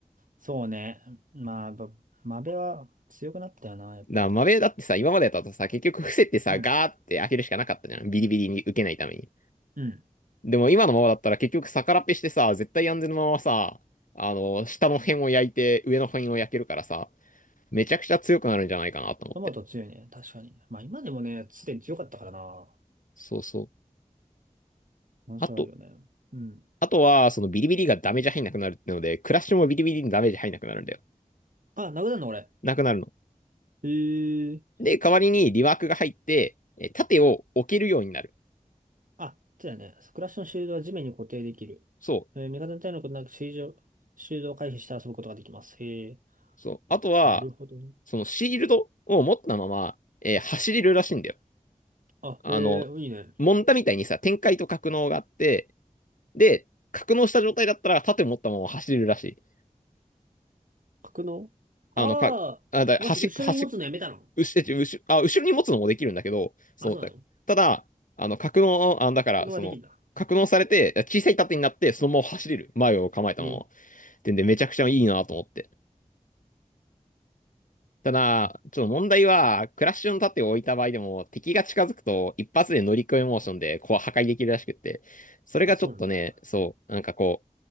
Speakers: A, on the right (about 75°); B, on the left (about 70°).
A: ー、そうね。まあ、やっぱマベは強くなったよな、やっぱり。
B: だからマベだってさ、今までだとさ、結局伏せてさ、
A: うん。
B: ガーって開けるしかなかったじゃん。ビリビリに受けないために。
A: うん。
B: でも今のままだったら結局逆らっぺしてさ、絶対安全のままさ、あの下の辺を焼いて上の辺を焼けるからさ、めちゃくちゃ強くなるんじゃないかなと思って。
A: トマト強いね、確かに。まあ今でもね、すでに強かったからな。
B: そうそう。
A: 難所あるよね。
B: あと、
A: うん。
B: あとは、そのビリビリがダメージ入んなくなるってので、クラッシュもビリビリにダメージ入んなくなるんだよ。
A: あ、殴るの俺。
B: なくなるの。
A: へえ。
B: で、代わりにリワークが入って、え盾を置けるようになる。
A: あ、そうだよね。クラッシュのシールドは地面に固定できる。
B: そう。
A: えー味方の体のことなくシールド、シールドを回避して遊ぶことができます。へえ。
B: そう。あとは、
A: なるほど。ね
B: そのシールドを持ったまま、えー走れるらしいんだよ。
A: あ、
B: あの、
A: ええいいね。
B: モンタみたいにさ、展開と格納があって、で、格納した状態だったら盾を持ったまま走れるらしい。
A: 格納ああー、
B: あの、か、あだ端っ、
A: もし後ろに持つのやめたの
B: 端っ後ろあ後ろに持つのもできるんだけど、そのただ、
A: あ、そうなの
B: あの格納、あだから、
A: 格納はできるんだ。
B: その、格納されて、小さい盾になって、そのまま走れる。
A: うん。
B: 前を構えたまま。
A: えー
B: ってんで、めちゃくちゃいいなと思って。ただ、ちょっと問題は、クラッシュの盾を置いた場合でも、敵が近づくと、一発で乗り越えモーションで、こう破壊できるらしくって、それがちょっとね、
A: あ、そうなんだ。
B: そう、なんかこ